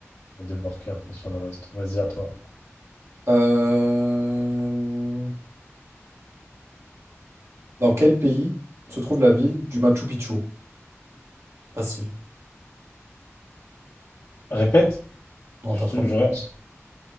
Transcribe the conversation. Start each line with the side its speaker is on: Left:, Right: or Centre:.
Left: On a débarqué après sur le reste. Vas-y, à toi.
Right: Euh, Dans quel pays se trouve la ville du Machu Picchu? Facile.
Left: Répète.
Right: Non, t'es
Left: Je,
Right: en
Left: te-
Right: train de-
Left: je-